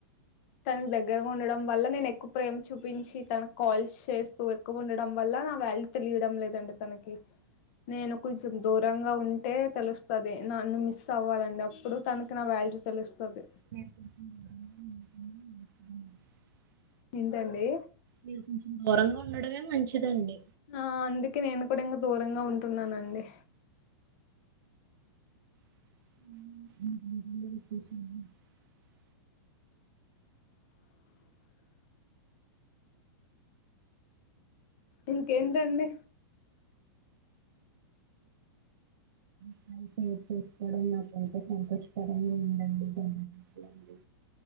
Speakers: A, on the left (about 30°); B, on the right (about 60°).
A: తనకి దగ్గరగా ఉండడం వల్ల నేను ఎక్కువ ప్రేమ చూపించి తనకు కాల్స్ చేస్తూ ఎక్కువ ఉండడం వల్ల నా వాల్యూ తెలియడం లేదండి తనకి. నేను కొంచెం దూరంగా ఉంటే తెలుస్తది. నన్ను మిస్ అవ్వాలండి అప్పుడు తనకి నా వాల్యూ తెలుస్తది.
B: <inaudible>
A: ఏంటండీ
B: మీరు కొంచెం దూరంగా ఉండడమే మంచిదండి.
A: ఆ నేను కూడా ఇంకా దూరంగా ఉంటున్నానండి.
B: ఉ <inaudible> అ <inaudible>
A: ఇంకేంటండి
B: షేర్ చేసుకోవడం నాకైతే సంతోషకరంగా ఉందండి. ధన్యవాదాలు